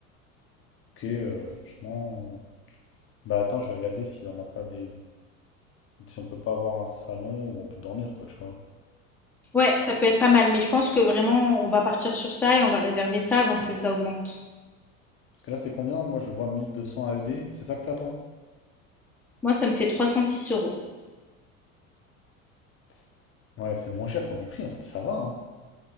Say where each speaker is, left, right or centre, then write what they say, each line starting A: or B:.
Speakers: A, on the left; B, in the centre.
A: Ok, euh, franchement, euh, bah attends, je vais regarder si on n'a pas des, si on peut pas avoir un salon où on peut dormir, quoi, tu vois.
B: Ouais, ça peut être pas mal, mais je pense que vraiment, on va partir sur ça et on va réserver ça avant que ça augmente.
A: Parce que là, c'est combien? Moi, je vois 1200 AED. C'est ça que t'as, toi?
B: Moi, ça me fait 306 euros.
A: C'est- Ouais, c'est le moins cher qu'on ait pris, en fait. Ça va, hein.